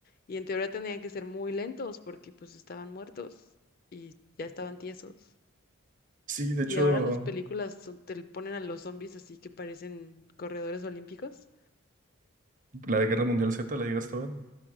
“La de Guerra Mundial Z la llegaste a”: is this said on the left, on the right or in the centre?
Right